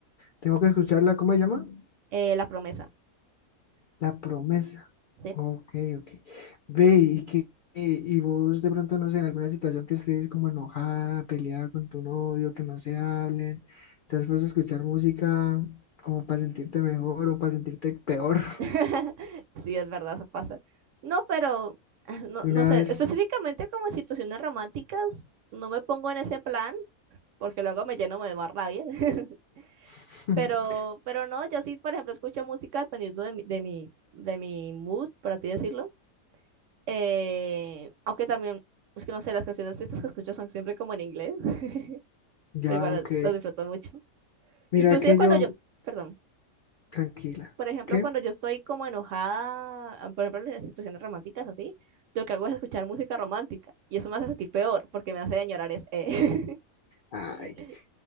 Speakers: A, on the left; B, on the right.
A: Tengo que escucharla, ¿cómo se llama?
B: Eh, la promesa.
A: La promesa.
B: Sí.
A: Ok, ok. Ve y que y vos de pronto no sé, en alguna situación que estés como enojada, peleada con tu novio, que no se hablen, te has puesto a escuchar música como para sentirte mejor o para sentirte peor
B: <laughs> Sí, es verdad, eso pasa. No, pero <laughs>
A: <laughs>
B: no,
A: de
B: no
A: una
B: sé,
A: vez.
B: específicamente como en situaciones románticas, no me pongo en ese plan, porque luego me lleno de más rabia. <laughs>
A: <laughs>
B: Pero, pero no, yo sí, por ejemplo, escucho música dependiendo de mi, de mi, de mi mood, por así decirlo. Eh, aunque también, es que no sé, las canciones tristes que escucho son siempre como en inglés, <laughs>
A: Ya,
B: pero igual
A: ok.
B: los disfruto mucho.
A: Mira
B: Inclusive
A: que
B: cuando
A: yo,
B: yo, perdón,
A: tranquila.
B: por ejemplo,
A: ¿Qué?
B: cuando yo estoy como enojada, por ejemplo, en las situaciones románticas así, lo que hago es escuchar música romántica y eso me hace sentir peor porque me hace añorar es... eh.
A: Ay,
B: <laughs>